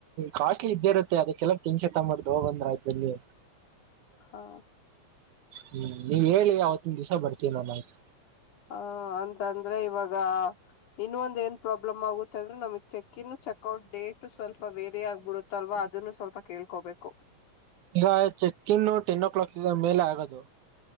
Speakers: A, on the right (about 80°); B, on the left (about 90°).
A: ಕಾಸ್ಟ್ಲಿ ಇದ್ದೇ ಇರುತ್ತೆ ಅದಕ್ಕೆಲ್ಲ ಟೆನ್ಷನ್ ತಗಾರ್ದು ಹೋಗ ಬಂದ್ರಯಲ್ಲಿ.
B: ಹಾ.
A: ಹ್ಮ್ ನೀವ್ ಹೇಳಿ ಅವತ್ತಂದ್ ದಿವ್ಸ ಬರ್ತೀವಿ ನಾನ ಆಯ್ತು.
B: ಹ ಅಂತಂದ್ರೆ ಇವಾಗ ಇನ್ನೊಂದ ಏನ್ ಪ್ರಾಬ್ಲಮ್ ಆಗುತ್ತ ಅಂದ್ರೆ ನಮಗ್ ಚೆಕ್ಕಿನ್ ಚೆಕ್ಔಟ್ ಡೇಟ್ ಸ್ವಲ್ಪ ಬೇರೆ ಆಗ್ಬಿಡುತ್ತಲ್ವಾ ಅದನ್ನು ಸ್ವಲ್ಪ ಕೇಳ್ಕೋಬೇಕು.
A: ಈಗ ಚೆಕ್ ಇನ್ನು ಟೆನ್ ಓ ಕ್ಲಾಕ್ ಮೇಲೆ ಆಗದು.